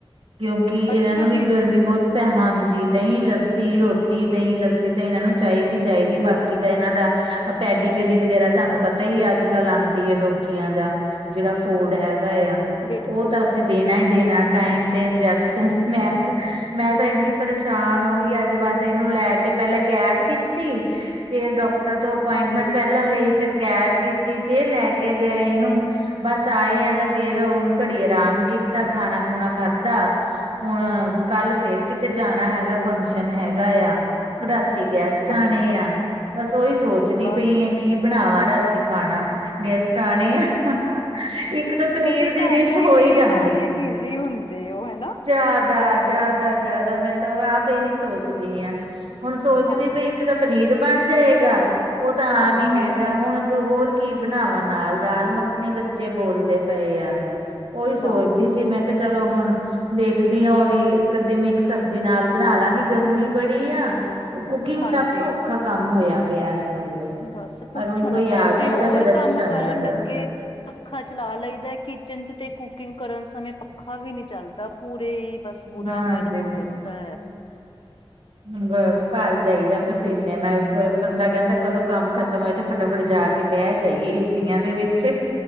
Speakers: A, on the right; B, on the left.
A: ਕਿਉਂਕਿ ਇਹਨਾਂ
B: ਅੱਛਾ
A: ਨੂੰ ਵੀ
B: ਜੀ
A: ਗਰਮੀ ਬਹੁਤ ਤ ਪੈ ਹਾਂਜੀ ਦਈਂ, ਲੱਸੀ, ਰੋਟੀ, ਦਈਂ, ਲੱਸੀ ਤੇ ਏਨਾਂ ਨੂੰ ਚਾਈਦੀ ਚਾਈਦੀ ਏ ਬਾ ਕਿੱਦਾਂ ਏਨਾਂ ਦਾ ਆ ਪੈਡੀਗਰੀ ਵਗੈਰਾ ਤਾਨੂੰ ਪਤਾ ਈ ਐ ਅੱਜ ਕੱਲ ਆਂਦੀ ਏ ਡੋਕੀਆਂ ਦਾ ਜੜਾ ਫੋਡ ਹੈਗਾ ਏਆ
B: ਬਿਲਕੁਲ
A: ਓ ਤਾਂ ਅਸੀ ਦੇਨਾ ਈ ਦੇਨਾ ਟਾਈਮ
B: ਹਾਂਜੀ,
A: ਤੇ ਇੰਜੈਕਸ਼ਨ ਮੈਂ, ਮੈਂ ਤਾਂ ਏਨੀਂ ਪਰੇਸ਼ਾਨ ਹੋ ਗੀ ਅੱਜ ਬਸ ਏਨੂੰ ਲੈ ਕੇ ਪੈਲੇ ਕੈਬ ਕੀਤੀ ਫੇਰ ਡੋਕਟਰ ਤੋਂ ਅਪੋਇੰਟਮੈਂਟ
B: ਹਾਂਜੀ,
A: ਪੈਲਾਂ ਲਈ ਫੇਰ ਕੈਬ ਕੀਤੀ। ਫੇਰ ਲੈ ਕੇ ਗਏ ਏਨੂੰ। ਬਸ ਆਏ ਆਂ ਤੇ ਫੇਰ ਹੁਨ ਘੜੀ ਅਰਾਮ ਕੀਤਾ, ਖਾਣਾ-ਖੁਣਾ ਖ਼ਾੱਧਾ ਹੁਨ ਕੱਲ ਫੇਰ ਕਿਤੇ ਜਾਨਾ ਹੈਗੈ ਫੰਕਸ਼ਨ ਹੈਗਾ ਏ ਆ। ਰਾਤੀ ਗੈਸਟ
B: ਹਾਂਜੀ
A: ਆਣੇ ਆ। ਬਸ ਓਈ ਸੋਚਦੀ
B: ਬਸ
A: ਪਈਂ ਐਂ ਕੀ ਬਣਾਵਾ ਰਾਤੀ ਖਾਣਾ ਗੈਸਟ ਆਣੇ ਆ। ਇੱ ਕ ਤਾਂ ਪਨੀਰ
B: ਤੁਸੀਂ
A: ਦੀ
B: ਘਰ
A: ਡਿਸ਼
B: ਰਹਿ
A: ਹੋ
B: ਕੇ
A: ਈ
B: ਹੀ
A: ਜਾਂਦੀ।
B: ਬਾਲੇ ਬਿਜ਼ੀ ਹੁੰਦੇ ਹੋ ਹਨਾ।
A: ਜਾ ਦਾ, ਜਾਦਾ ਜਿਆਦਾ ਮੈਂ ਤਾਂ ਓ ਆਪ ਏਹੀ ਸੋਚਦੀ ਆਂ ਹੁਣ ਸੋਚਦੀ
B: ਹਾਂ
A: ਪਈ ਇੱਕ ਤਾਂ ਪਨੀਰ ਬਣ ਜਾਏਗਾ। ਓ ਤਾਂ
B: ਹਾਂਜੀ
A: ਆਮ ਹੀ ਹੈਗਾ ਹੁਣ ਦੋ ਹੋਰ ਕੀ ਬਨਾਵਾ ਨਾਲ। ਦਾਲ ਮੱਖਣੀ ਬੱਚੇ ਬੋਲਦੇ ਪਏ ਆ। ਓਈ ਸੋਚਦੀ
B: ਬਸ
A: ਸੀ ਮੈਂ ਕ ਚਲੋ ਹੁਣ ਵੇਖਦੀ ਆਂ ਔਰ ਈ ਇੱਕ ਅੱਧੀ ਮਿਕਸ ਸਬਜੀ ਨਾਲ ਬਣਾ ਲਾਂਗੀ। ਗਰਮੀ ਬੜੀ ਆ ੳ ਕੁਕਿੰਗ
B: ਹਾਂਜੀ
A: ਸਭ ਤੋਂ ਔਖਾ ਕੰਮ ਹੋਇਆ ਪਿਐ ਐਸ ਵੇਲੇ।
B: ਬਸ
A: ਪਰ
B: ਪੁੱਛੋ
A: ਹੁਣ
B: ਨਾ
A: ਕੋਈ
B: ਪੈਨਜੀ
A: ਆ ਜਾਏ
B: ਹੋਰ
A: ਤਾਂ ਫੇਰ ਅੱਛਾ
B: ਕੰਮ
A: ਨੀ
B: ਕਰਨ
A: ਲੱਗਦਾ
B: ਲੱਗੇ ਪੱਖਾ ਚਲਾ ਲਈਦੈ ਕਿਚਨ 'ਚ ਤੇ ਕੁਕਿੰਗ ਕਰਨ ਸਮੇ ਪੱਖਾ ਵੀ ਨੀ ਚੱਲਦਾ ਪੂਰੇ ਏ ਈ ਬਸ ਬੁਰਾ
A: ਹਾਂਜੀ
B: ਹਾਲ ਹੋ ਜਾਦੈ।
A: ਹੂੰ, ਵ ਭਰ ਜਾਈਦੈ ਪਸੀਨੇ ਨਾਲ ਪ ਬੰਦਾ ਕੈਂਦੈ ਕਦੋਂ ਕੰਮ ਖਤਮ ਹੋਏ ਤੇ ਫਟਾਫਟ ਜਾ ਕੇ ਬੈ ਜਾਈਏ ਇਸ ਤੀਆਂ ਦੇ ਵਿੱਚ,